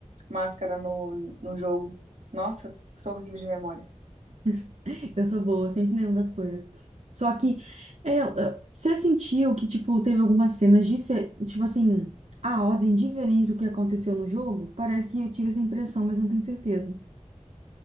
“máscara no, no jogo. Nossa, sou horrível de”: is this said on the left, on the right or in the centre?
Right